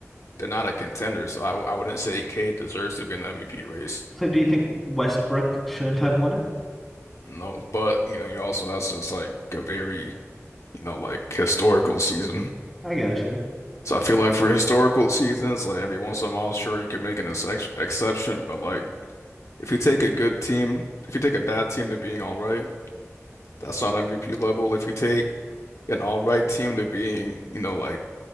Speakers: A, on the left (about 65°); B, in the centre.
A: they're not a contender. So I I wouldn't say Cade deserves to be in the MVP race.
B: So do you think Westbrook shouldn't have won it?
A: No, but you know, you also that's just like a very, you know, like historical season.
B: I got you.
A: So I feel like for historical seasons, like every once in a while, sure you can make an ex exception, but like if you take a good team, if you take a bad team to being all right, that's not MVP level. If you take an all right team to being, you know, like